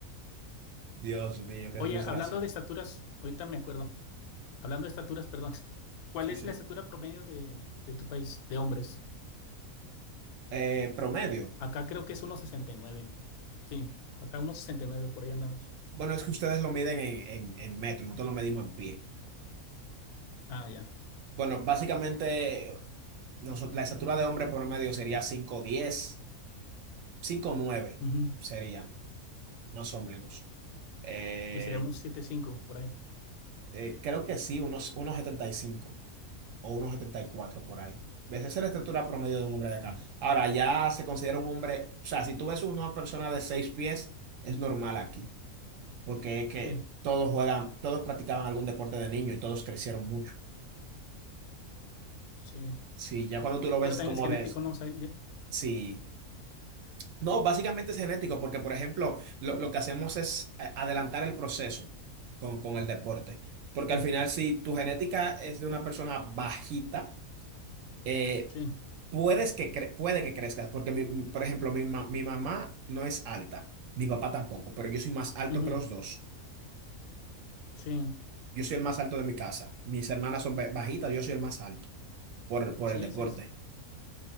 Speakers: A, on the right (about 70°); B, on the left (about 85°).
A: Dios mío, qué
B: Oye,
A: frustración.
B: hablando de estaturas, ahorita me acuerdo. Hablando de estaturas, perdón. <laughs> ¿Cuál
A: Sí,
B: es
A: sí.
B: la estatura promedio de, de tu país de hombres?
A: Eh, promedio.
B: Acá creo que es uno sesenta y nueve Sí, acá uno sesenta y nueve por ahí andamos.
A: Bueno, es que ustedes lo miden en, en, en metro, nosotros lo medimos en pie.
B: Ah, ya.
A: Bueno, básicamente nosotros, la estatura de hombre por medio sería cinco diez, cinco nueve
B: Ujú.
A: sería, más o menos. Eh,
B: Que sería unos siete cinco por ahí.
A: eh, creo que sí, unos, unos 75 o unos 74 por ahí. Esa es la estatura promedio de un hombre de acá. Ahora, ya se considera un hombre, o sea, si tú ves una persona de 6 pies, es normal aquí, porque es que
B: Sí,
A: todos juegan, todos practicaban algún deporte de niño y todos crecieron mucho.
B: sí.
A: Sí, ya cuando tú lo ves
B: Pero también
A: como
B: es genético,
A: de...
B: ¿no? O sea, ya-
A: Sí. No, básicamente es genético, porque por ejemplo, lo, lo que hacemos es eh, adelantar el proceso con, con el deporte. Porque
B: sí,
A: al final, si tu genética es de una persona bajita, eh,
B: sí.
A: puedes que cre- puede que crezcas, porque mi- mi- por ejemplo, mi, ma- mi mamá no es alta, mi papá tampoco, pero yo soy más alto
B: Ujú.
A: que los dos.
B: Sí,
A: Yo soy el más alto de mi casa. Mis hermanas son ba- bajitas, yo soy el más alto por, por
B: sí,
A: el deporte.
B: es, es.